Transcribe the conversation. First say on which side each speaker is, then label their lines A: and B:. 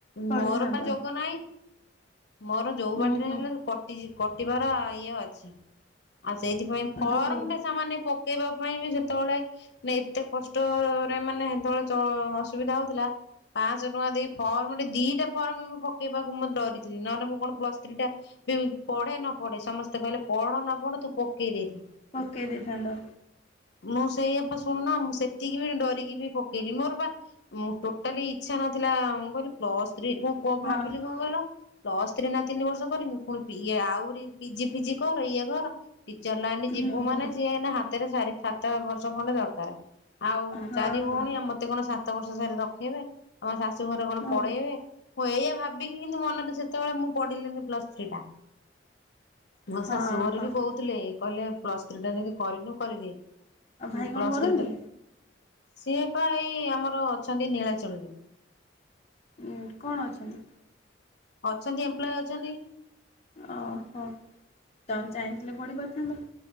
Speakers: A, on the left; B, on the left.
A: ପଢିଥାନ୍ତ
B: ମୋର ବା ଯୋଗ ନାହିଁ। ମୋର ଯୋଉ
A: ହୁଁ
B: ବାଟରେ
A: ହୁଁ
B: ହେଲେ କଟି ଯି କଟିବାର ଇଏ ଅଛି। ସେଇଥିପାଇଁ
A: ଆଉ
B: ଫର୍ମ
A: ଯୋଉ
B: ଟା ସାମାନ୍ୟ ପକେଇବା ପାଇଁ ବି ସେତେବେଳେ ଏତେ କଷ୍ଟ ମାନେ ସେତେବେଳେ ଚ ମାନେ ଅସୁବିଧା ହଉଥିଲା। ପାଂଶ ଟଙ୍କା ଦେଇ ଫର୍ମ୍ ମୁଁ ଦିଟା ଫର୍ମ ମୁଁ ପକେଇବାକୁ ମୁଁ ଡରିଥିଲି। ନହେଲେ ମୁଁ କଣ ପ୍ଲସ ଥ୍ରୀ ଟା ପଢେ ନ ପଢେ ସମସ୍ତେ କହିଲେ ପଢ ନ ପଢ ତୁ ପକେଇଦେଇଥା।
A: ପକେଇ ଦେଇଥାନ୍ତ
B: ମୁଁ ସେଇପା ଶୁଣୁନା ମୁଁ ସେତିକି ବି ଡରିକି କି ବି ପକେଇଲି। ମୋର ବା ଟୋଟାଲି ଇଛା ନଥିଲା ମୁଁ କହିଲି ପ୍ଲସ୍ ଥ୍ରୀ କଣ
A: ହଁ
B: ଭାବିଲି କଣ କହିଲ, ପ୍ଲସ୍ ଥ୍ରୀ ଏଇନା ତିନି ବର୍ଷ କରିବି ପୁଣି ଇ ଆହୁରି ପିଜି ଫିଜି କର ଇଏ କର। ଟିଚର ଲାଇନ୍ ଯିବୁ
A: ହୁଁ
B: ମାନେ
A: ହୁଁ
B: ସିଏ ହେ ହାତ ରେ ସାରି ସାତ ବର୍ଷ ଖଣ୍ଡେ ଦରକାର। ଆଉ
A: ହଁ
B: ଚାରି ଭଉଣୀ
A: ହଁ
B: ଆଉ ମତେ କଣ ସାତ ସାତ ବର୍ଷ ସରି ରଖେଇବେ। ଆ ମୋ ଶାଶୁ ଘରେ କଣ
A: ହଉ
B: ପଢେଇବେ? ହଁ ଏଇଆ ଭାବିକି କିନ୍ତୁ ମନରେ ସେତେବେଳେ ମୁଁ ପଢିଲିନି ପ୍ଲସ ଥ୍ରୀ ଟା। ମୋ
A: ହଁ
B: ଶାଶୁ ଘରେ
A: ହଁ
B: ବି
A: ଆଉ
B: କହୁଥିଲେ କହିଲେ ପ୍ଲସ ଥ୍ରୀ ଟା ଯଦି କରିନୁ କରିଦେ।
A: ଆଉ ଭାଇ
B: ପ୍ଲସ୍
A: କଣ କରନ୍ତି?
B: ଥ୍ରୀ ସିଏ ପା ଏଇ ଆମର ଅଛନ୍ତି ନୀଳାଚଳ ରେ।
A: ଉଁ କଣ ଅଛନ୍ତି?
B: ଅଛନ୍ତି ଏମ୍ପ୍ଲୟ ଅଛନ୍ତି।
A: ଓହୋ ତମେ ଚାହିଁଥିଲେ ପଢି ପାରିଥାନ୍ତା